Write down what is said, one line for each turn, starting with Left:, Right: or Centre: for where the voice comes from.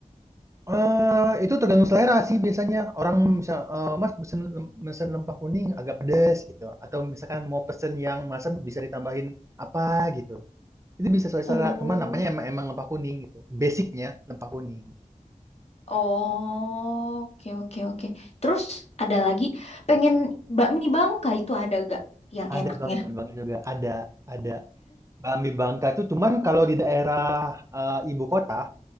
Right: Eh, itu tergantung selera sih biasanya. Orang bisa, eh, Mas pesen pesen lempah kuning agak pedes gitu. Atau misalkan mau pesen yang masam bisa ditambahin apa gitu. Itu bisa sesuai
Left: Oh,
Right: selera. Cuman namanya emang, emang lempah kuning gitu. Basicnya lempah kuning.
Left: oh, oke oke oke. Terus ada lagi pengen bakmi Bangka itu ada gak yang
Right: Ada
Left: enaknya?
Right: bami mie Bangka juga. Ada, ada. bami Bangka tuh cuman kalau di daerah eh, ibu kota,